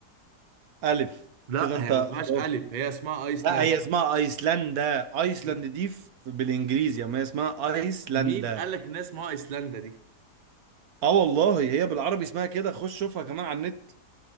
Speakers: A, on the right (about 70°); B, on the right (about 40°).
A: ألف
B: لا
A: كده أنت
B: هي
A: خلاص
B: ما فيهاش ألف هي اسمها أيسلندا
A: لا هي اسمها ايسلندا ايسلند
B: مي-
A: دي ف- بالانجليزي اما هي اسمها ايسلندا
B: مين قال لك إن اسمها أيسلندا دي
A: اه والله هي بالعربي اسمها كده خش شوفها كمان على النت